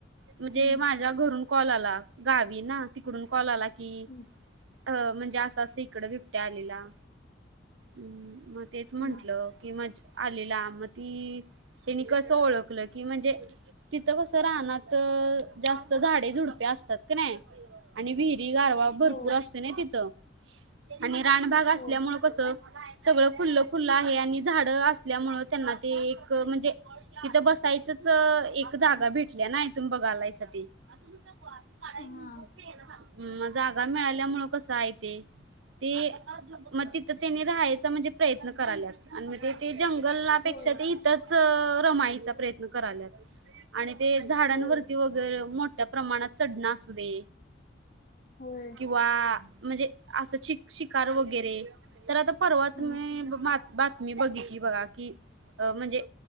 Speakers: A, on the right (about 80°); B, on the left (about 50°).
A: म्हणजे
B: हम्म
A: माझ्या घरून कॉल आला गावी ना तिकडून कॉल आला कि,
B: हम्म
A: अ म्हणजे असं-असं इकडं बिबट्या आलेला हम् मग तेच
B: हम्म
A: म्हंटलं, की मज आलेला म ती त्यांनी कसं ओळखलं की म्हणजे तिथं कसं रानात, जास्त झाडे झुडपे असतात कणे. आणि विहिरी गारवा भरपूर
B: हो
A: असतो नई तिथं, आणि रानभाग
B: हो
A: असल्यामुळे कसं सगळं खुल्लं-खुल्लं आहे आणि झाड असल्यामुळ त्यांना ते, एक म्हणजे तिथं बसायचच एक जागा भेटल्या ना इथून बघालायसा ते <inaudible>
B: हा
A: हम्म, जागा मिळाल्यामुळ कसाय ते ते, म तिथं तेन्ही राहायचा म्हणजे प्रयत्न कराल्यात. आणि मग ते ते जंगलपेक्षा
B: होय
A: ते इथंच रमायचा प्रयत्न करालात. आणि ते झाडांवरती
B: हो
A: वगैरे मोठ्या प्रमाणात चढणं <inaudible> असू दे
B: होय.
A: <inaudible> म्हणजे अस शिकार <inaudible> वगरे तर आता परवाच
B: हम्म
A: म बातमी बघितली बघा की अ म्हणजे.